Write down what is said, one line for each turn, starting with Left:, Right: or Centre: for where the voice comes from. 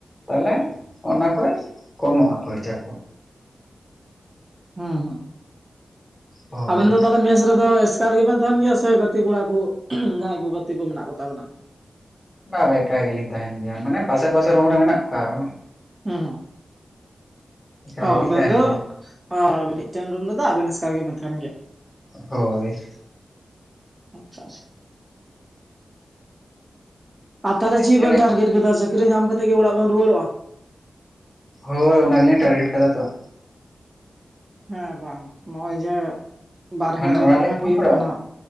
Left: ᱛᱟᱦᱚᱞᱮ ᱚᱱᱟ ᱠᱷᱚᱭ ᱠᱚᱢᱚᱜᱼᱟ ᱠᱷᱚᱨᱪᱟ ᱠᱚ,
Right: ᱦᱚᱸ ᱦᱚᱸ
Left: ᱦᱳᱭ
Right: ᱟᱵᱮᱱ ᱫᱚ ᱛᱟᱦᱞᱮ ᱢᱮᱥ ᱨᱮᱫᱚ ᱮᱥ ᱠᱟᱨ ᱜᱮᱵᱮᱱ ᱛᱟᱦᱮᱸᱱ ᱜᱮᱭᱟ ᱥᱮ ᱜᱟᱛᱤ ᱠᱚᱲᱟ ᱠᱩ ᱡᱟᱦᱟᱸᱭ ᱠᱩ ᱜᱟᱛᱤ ᱠᱩ ᱢᱮᱱᱟᱜ ᱠᱚᱩᱛᱟ ᱵᱮᱱᱟ?
Left: ᱵᱟ ᱵᱟ ᱮᱠᱟᱭ ᱜᱮᱞᱤᱧ ᱛᱟᱦᱮᱸᱱ ᱜᱮᱭᱟ ᱢᱟᱱᱮ ᱯᱟᱥᱮᱨ ᱯᱟᱥᱮᱨ ᱨᱩᱢ ᱨᱮ ᱢᱮᱱᱟᱜ ᱠᱚᱣᱟ ᱟᱨᱚ,
Right: ᱦᱩᱸ,
Left: ᱮᱠᱟᱭ
Right: ᱚ
Left: ᱜᱮᱞᱤᱧ
Right: ᱟᱵᱮᱱ
Left: ᱛᱟᱦᱮᱱ
Right: ᱫᱚ
Left: ᱜᱮᱭᱟ
Right: ᱚ ᱢᱤᱫᱴᱮᱱ ᱨᱩᱢ ᱨᱮᱫᱚ ᱟᱵᱮᱱ ᱮᱥᱠᱟᱨ ᱜᱮᱵᱮᱱ ᱛᱟᱦᱮᱱ ᱜᱮᱭᱟ?
Left: ᱦᱳᱭ,
Right: ᱟᱪᱪᱷᱟ, ᱟᱪᱪᱷᱟ, ᱟᱨ ᱛᱟᱦᱚᱞᱮ
Left: ᱮᱠᱪᱩᱭᱮᱞᱤ
Right: ᱪᱮᱫ ᱵᱮᱱ ᱴᱟᱨᱜᱮᱴ ᱠᱟᱫᱟ ᱪᱟᱹᱠᱨᱤ ᱧᱟᱢ ᱠᱟᱛᱮᱜ ᱜᱮ ᱚᱲᱟᱜ ᱵᱮᱱ ᱨᱩᱭᱟᱹᱲᱚᱜᱼᱟ?
Left: ᱦᱳᱭ ᱚᱱᱟ ᱜᱮᱞᱤᱧ ᱴᱟᱨᱜᱮᱴ ᱠᱮᱫᱟ ᱛᱚ᱾
Right: ᱦᱮᱸ ᱵᱟᱝ, ᱱᱚᱜᱼᱚᱭ ᱡᱮ ᱵᱟᱨᱦᱮ
Left: ᱢᱟᱱᱮ
Right: ᱨᱮ
Left: ᱚᱲᱟᱜ
Right: ᱛᱟᱦᱮᱸ
Left: ᱞᱤᱧ
Right: ᱦᱩᱭᱩᱜ
Left: ᱨᱚᱯᱚᱲᱚᱜᱼᱟ
Right: ᱠᱟᱱᱟ